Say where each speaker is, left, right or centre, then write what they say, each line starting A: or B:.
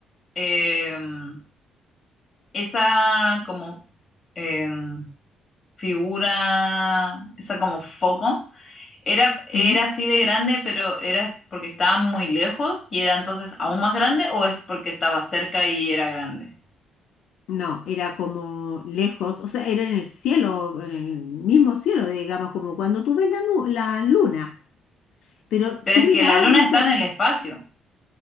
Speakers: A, on the left; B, on the left.
A: em, esa como. em, figura, esa como foco, era, era
B: ¿Mm?
A: así de grande, pero era porque estaba muy lejos y era entonces aún más grande o es porque estaba cerca y era grande.
B: No, era como lejos, o sea, era en el cielo, en el mismo cielo, digamos, como cuando tú ves la, nu- la luna, pero
A: Pero
B: tú
A: es
B: mirabas
A: que la luna
B: eso,
A: está en el espacio,